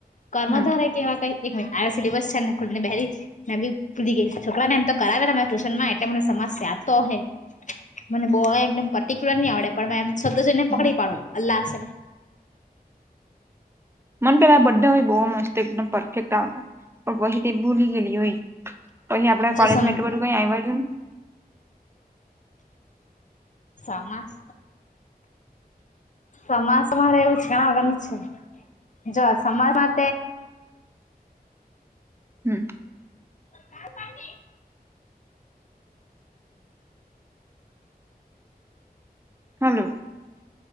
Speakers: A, on the left (about 50°); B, on the right (about 15°).
A: કર્મધાર
B: હમ
A: કેવાક એક મિનટ આ સિલેબસ છે ને ખુલીનેલી મે બી ભૂલી ગઈ છોકરા નેમ તો કરાવે ત ટ્યુશનમાં એટલે મ <unintelligible> યા તો હે મને બ એકમ પ્યુલર નહી આવડે પણ મે એમ સબ્દ જને પકડી
B: હમ.
A: પાડું અલ્લાહશરે
B: <unintelligible> મન પેલા બડા હોય બહુ મસ્ત એકદમ પરફેક્ટ આ પણ વહી તે ભૂલી ગેલી હોય તો અહી આપડા
A: જો
B: કોલેજ
A: સમ
B: મેટ્રું કઈ આવડ ને
A: સમસ્ સમાસમાંરે એવું છે ઘણા વગરનું છે જો સમાજમાં
B: હમ
A: ક પાને
B: હલો